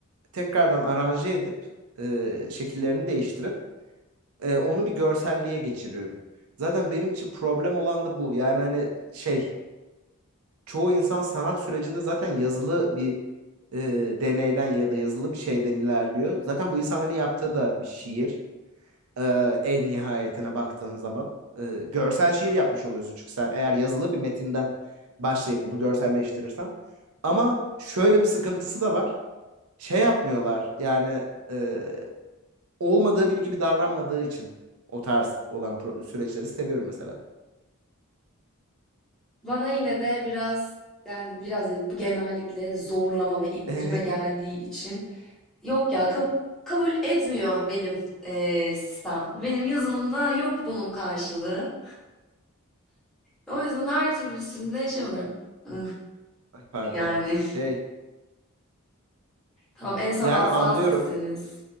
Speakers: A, on the right; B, in the centre.
A: tekrardan aranje edip e, şekillerini değiştirip e, onu bir görselliğe geçiriyorum. Zaten benim için problem olan da bu. Yani hani şey çoğu insan sanat sürecinde zaten yazılı bir e, deneyden ya da yazılı bir şeyden ilerliyor. Zaten bu insanların yaptığı da bir şiir. E, en nihayetine baktığın zaman E, görsel şiir yapmış oluyorsun çünkü sen eğer yazılı bir metinden başlayıp onu görselleştirirsen. Ama şöyle bir sıkıntısı da var. Şey yapmıyorlar yani e, olmadığı biri gibi davranmadığı için o tarz olan pro- süreçleri seviyorum mesela.
B: Bana yine de biraz yani biraz değil, bu genellikle zorlama ve ittirme
A: <laughs>
B: geldiği için yok ya kab- kabul etmiyor benim eee, sistem. Benim yazılımda yok bunun karşılığı. O yüzden her türlüsünde şey oluyorum. "Ih,
A: Ay pardon.
B: yani
A: Şey
B: tamam en sanatsal
A: yani anlıyorum.
B: sizsiniz.